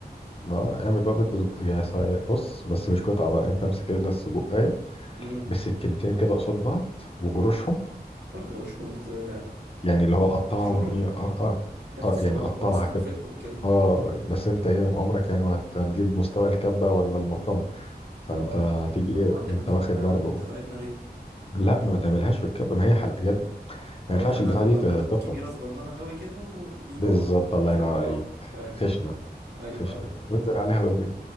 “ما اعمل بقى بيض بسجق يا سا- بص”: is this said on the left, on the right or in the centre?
Left